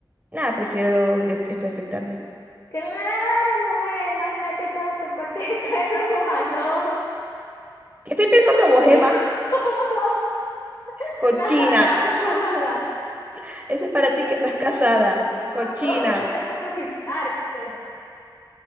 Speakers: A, on the right (about 20°); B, on the left (about 45°).
A: Nada, prefiero de- este afectarme.
B: Claro, mujer, imagínate todas tus partes de peluda, no.
A: ¿Qué estoy pensando vos, Emma?
B: <laughs>
A: Cochina.
B: Nada,
A: <laughs>
B: nada.
A: Ese es para
B: Que
A: ti que estás casada,
B: nunca
A: cochina,
B: volver a afeitarte.